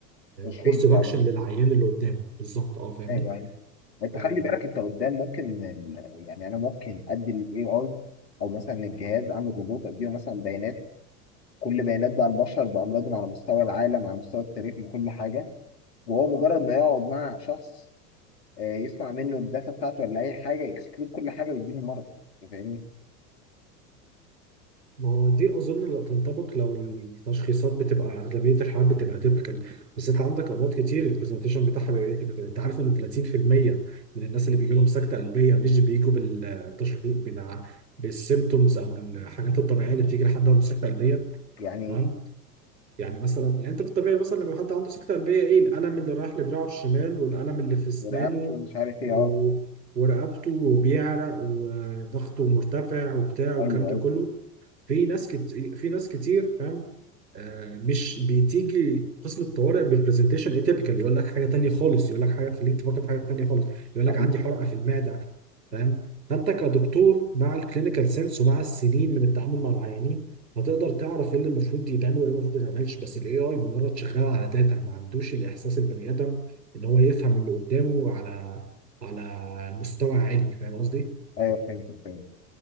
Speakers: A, on the left; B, on the right.
A: تشخيص
B: كورس اوف
A: فعلا
B: اكشن للعيان اللي قدامه بالظبط اه فاهمني
A: ايوه ايوه انت
B: آه،
A: خلي بالك انت قدام ممكن ال- يعني انا ممكن ادي الاي اي او مثلا الجهاز اعمل روبوت اديله مثلا بيانات كل بيانات بقى البشر بامراضهم على مستوى العالم على مستوى التاريخ بكل حاجه وهو مجرد ما يقعد مع شخص آه، يسمع منه الداتا بتاعته ولا اي حاجه يكسكلود كل حاجه ويديله المرض انت فاهمني
B: ما هو دي اظن لو تنطبق لو التشخيصات بتبقى اغلبيه الحالات بتبقى تيبيكال بس انت عندك امراض كتير البرزنتيشن بتاعها بيبقى تيبيكال انت عارف ان 30% من الناس اللي بيجي لهم سكته قلبيه مش بيجوا بالتشخيص بالع... بالسيمتومز او الحاجات الطبيعيه اللي بتيجي لحد عنده سكته قلبيه
A: يعني
B: تمام يعني مثلا يعني انت في الطبيعي مثلا لما حد عنده سكتة قلبية ايه الألم اللي رايح لدراعه الشمال والألم اللي في أسنانه
A: ورقبته ومش عارف ايه
B: و...
A: اه
B: ورقبته وبيعرق وضغطه مرتفع وبتاع والكلام
A: ايوه
B: ده
A: ايوه
B: كله في ناس كتير في ناس كتير فاهم آه مش بتيجي قسم الطوارئ ببرزنتيشن اتيبيكال يقول لك حاجة تانية خالص يقول لك حاجة تخليك تفكر في حاجة تانية خالص يقول لك
A: ايوه
B: عندي حرقة في المعدة فاهم فانت كدكتور مع الكلينيكال سنس ومع السنين من التعامل مع العيانين هتقدر تعرف ايه اللي المفروض يتعمل وايه اللي المفروض ما يتعملش بس الاي اي مجرد شغال على داتا ما عندوش الاحساس البني ادم ان هو يفهم اللي قدامه على على مستوى عالي فاهم قصدي؟
A: ايوه فهمت فهمت